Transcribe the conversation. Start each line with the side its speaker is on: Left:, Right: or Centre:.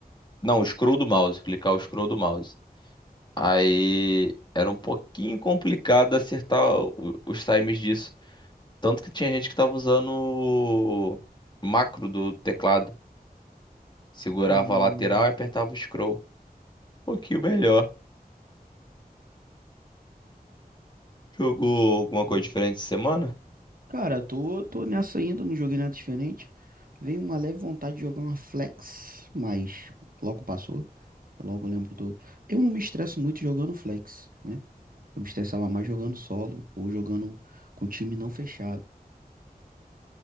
Left: Não, o scroll do mouse, clicar o scroll do mouse. Aí era um pouquinho complicado acertar o- os times disso. Tanto que tinha gente que tava usando o macro do teclado. Segurava
Right: Hum.
Left: a lateral e apertava o scroll. Um pouquinho melhor. Jogou alguma coisa
Right: hum.
Left: diferente essa semana?
Right: Cara, tô, tô nessa ainda, não joguei nada diferente. Veio uma leve vontade de jogar uma flex, mas logo passou. Eu logo lembro do. Eu não me estresso muito jogando flex, né? Eu me estressava mais jogando solo ou jogando com time não fechado.